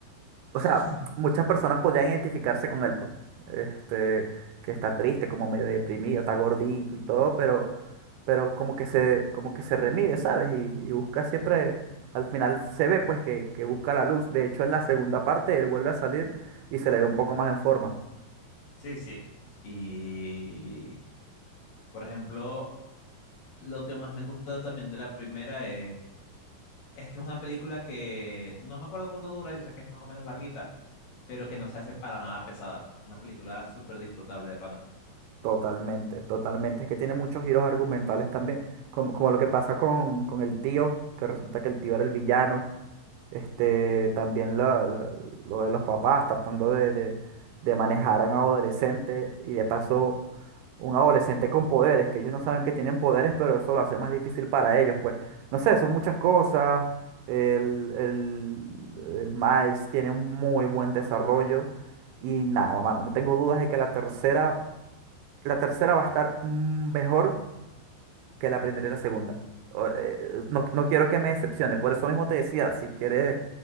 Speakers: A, on the right (about 80°); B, on the left (about 65°).
A: o
B: <laughs>
A: sea, muchas personas podrían identificarse con él, pues. Este, que está triste, como medio deprimido, está gordito y todo, pero, pero como que se, como que se remide, ¿sabes? Y, y busca siempre, al final se ve, pues, que, que busca la luz. De hecho, en la segunda parte él vuelve a salir y se le ve un poco más en forma.
B: Sí, sí. Y por ejemplo, lo que más me gusta también de la primera es, es que es una película que no me acuerdo cuánto dura, yo sé que es más o menos larguita, pero que no se hace para nada pesada. Es una película súper disfrutable de pana.
A: Totalmente, totalmente. Es que tiene muchos giros argumentales también, como, como lo que pasa con, con el tío, que resulta que el tío era el villano. Este, también la- la- lo de los papás tratando de, de- de manejar a un adolescente y de paso un adolescente con poderes, que ellos no saben que tienen poderes, pero eso lo hace más difícil para ellos. Pues no sé, son muchas cosas. El, el- el Miles tiene un muy buen desarrollo y nada, mano, no tengo dudas de que la tercera, la tercera va a estar mm, mejor que la primera y la segunda. O, eh, No, no quiero que me decepcione. Por eso mismo te decía, si quieres,